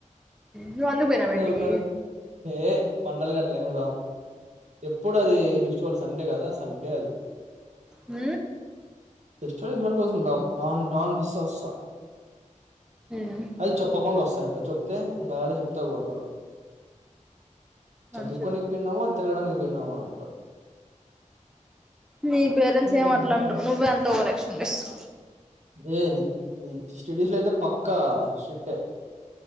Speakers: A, in the centre; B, on the right (about 60°).
A: నువ్వు అందుకు పోయినావ ఇంటికి
B: ఉగాది ఏ పండగలనీ మేం రామ్ ఎప్పుడు అది ఫెస్టివల్ సండే కాదా సండే అది
A: ఊ
B: ఫెస్టివల్ కోసం రాం రాన్ రా అని బిస్తే వస్తా
A: హ్మ్
B: అది చెప్పకుండా వస్తా ఇంగ చెప్తే ఇంగాడే చెప్పుతో కొడతారు
A: మంచిది
B: చదువుకోనికి పిన్నావా తిరగడానికి పోన్నావా అంటారు
A: నీ పేరెంట్స్
B: హ్మ్
A: ఏం అట్ల అనరు నువ్వే అంత ఓవరాక్షన్ చేసు
B: దేని స్టిడీ లో అయితే పక్కా స్ట్రిక్టే